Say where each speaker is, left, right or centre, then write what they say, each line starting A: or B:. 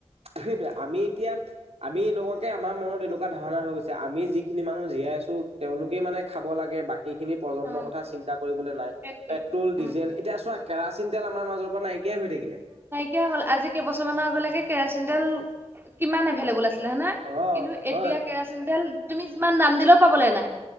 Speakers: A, on the right; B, on the right.
A: সেইটোৱে আমি এতিয়া আমি এনেকুৱাকে আমাৰ মনত এনেকুৱা ধাৰণা হৈ গৈছে, আমি যিখিনি মানুহ জীয়াই আছো তেওঁলোকেই মানে খাব লাগে বাকী খিনি প্ৰজন্মৰ
B: অ
A: কথা চিন্তা কৰিবলৈ নাই।
B: সেইটোৱে
A: পেট্ৰ'ল
B: উম
A: ডিজেল এতিয়া চোৱা কেৰাচিন তেল আমাৰ মাজৰ পৰা নাই নাইকিয়া হৈ থাকিলে।
B: কিয় হ'ল আজি কেইবছৰমানৰ আগলৈকে কেৰাচিন তেল কিমান এভেললেবোল আছিলে। ছিলা নাই
A: অ
B: কিন্তু এতিয়া
A: হয়
B: কেৰাচিন তেল তুমি যিমান দাম দিলেও পাবলৈ নাই।